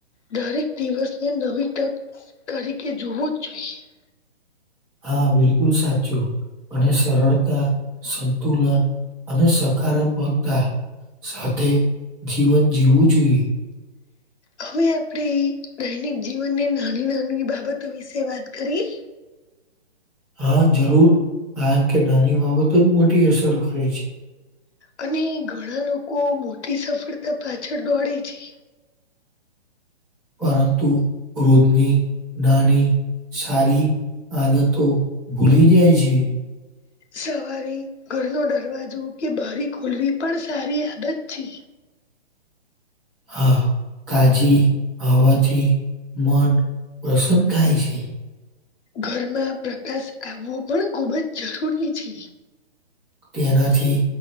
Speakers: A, on the left; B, in the centre.
A: દરેક દિવસની નવી તક તારીકે જોવો જ જોઈએ <inaudible>
B: હા બિલકુલ સાચું અને સરળતા સંતુલન અને સકારાત્મકતા સાથે જીવન જીવવું જોઈએ
A: હવે આપણે દૈનિક જીવનની નાની નાની બાબતો વિશે વાત કરીએ.
B: હા જરૂર કારણ કે નાની બાબતો જ મોટી અસર કરે છે.
A: અને ઘણા લોકો મોટી સફળતા પાછળ દોડે છે.
B: પરંતુ ક્રોધની નાની સારી આદ તો ભૂલી જાય છે.
A: સવારે ઘરનો દરવાજો કે બારી ખોલવી પણ સારી આદત છે.
B: હા. તાજી હવાથી મન પ્રસન્ન થાય છે.
A: ઘરમાં પ્રકાશ આવવો પણ ખૂબ જ જરૂરી છે.
B: તેનાથી